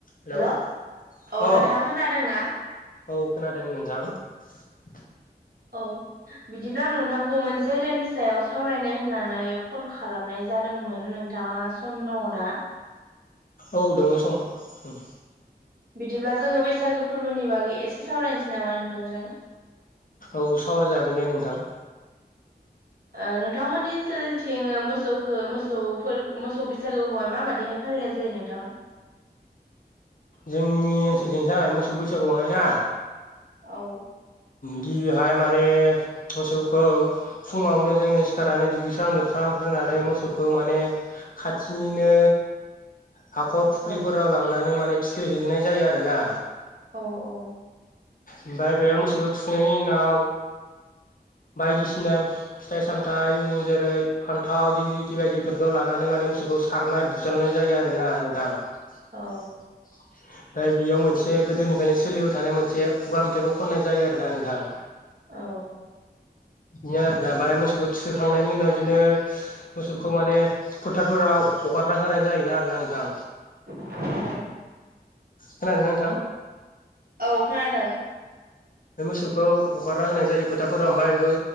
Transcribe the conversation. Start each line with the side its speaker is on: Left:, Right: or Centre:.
Left: Hello
Right: hello औ
Left: अ
Right: नोंथाङा खोनादोंना?
Left: औ खोनादों नोंथां ।
Right: औ बिदिब्ला आं नोंथांखौ मोनसे आयदानि सायाव सावरायनो होननानै फन खालामनाय जादोंमोन नोंथाङा सम दङ' ना?
Left: औ दोङो सम ओम ।
Right: बिदिब्ला जोङो बैसागो फोरबोनि बागै एसे सावरायनोसै नामा नोंथांजों
Left: औ सावरायजागोन दे नोंथां
Right: ओ नोंथांमोननि ओनसोलथिं ओ मोसौखौ मोसौफोर मोसौ बैसागोखौहाय माबायदिहाय फालिनाय जायो नोंथां
Left: जोंनि ओनसोलजोंहाय मोसौ बैसागुआवहाय ना
Right: औ
Left: गिबिहाय माने मोसौखौ फुङावनो जोङो सिखारनानै दुगैस्रां लोबस्रां खालामामग्रोनानै मोसौखौ माने खाथिनिनो
Right: <unintelligible>
Left: हाखर फुख्रिफोराव
Right: औ
Left: लांनानै माने थुखैहैनाय जायो आरो ना
Right: औ औ
Left: ओमफ्राय बेयाव मोसौखौ थुखैनायनि उनाव बायदिसिना फिथाइ सामथाइ जेरै फान्थाव दिगलथि बायदिफोरखौ लानानै माने मोसौखौ सारनाय बुजारनाय जायो आरो ना नोंथां ओमफ्राय
Right: औ
Left: बेयाव मोनसे बे गोदोनिफ्रायनो सोलिबाय थानाय मोनसे खुगा मेथाइखौ खननाय जायो आरोना नोंथां
Right: औ
Left: बिदिनो आरा ओमफ्राय मोसौखौ थुोखांनायनि उनाव बिदिनो मोसौखौ माने फोथारफोराव हगारना होनाय जायोना आरो ना नोंथां
Right: औ
Left: खोनादोंना नोंथां
Right: अ खोनादों
Left: मोसौखौ हगारना होनाय जायो फोथारफोराव ओमफ्राय बेखौ